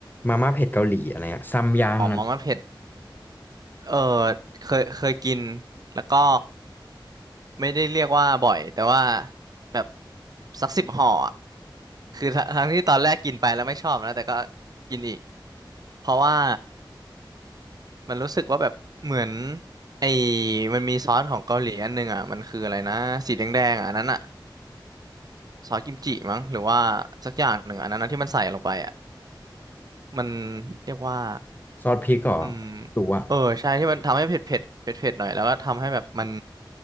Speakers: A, on the left; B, on the right.
A: มาม่าเผ็ดเกาหลีอะไรเงี้ยซัมยังอะ
B: อ๋อมาม่าเผ็ดเออเคยเคยกินแล้วก็ไม่ได้เรียกว่าบ่อยแต่ว่าแบบสักสิบห่ออะคือทัทั้งที่ตอนแรกกินไปแล้วไม่ชอบนะแต่ก็กินอีกเพราะว่ามันรู้สึกว่าแบบเหมือนไอ้มันมีซอสของเกาหลีอันนึงอ่ะมันคืออะไรนะสีแดงๆอ่ะอันนั้นอ่ะ ซอสกิมจิมั้งหรือว่าสักอย่างหนึ่งอันนั้นนะที่มันใส่ลงไปอ่ะมันเรียกว่า
A: ซอสพริกเหรอ
B: อืม
A: หรือว่า
B: เออใช่ที่มันทำให้เผ็ดเผ็ดเผ็ดเผ็ดหน่อยแล้วก็ทำให้แบบมัน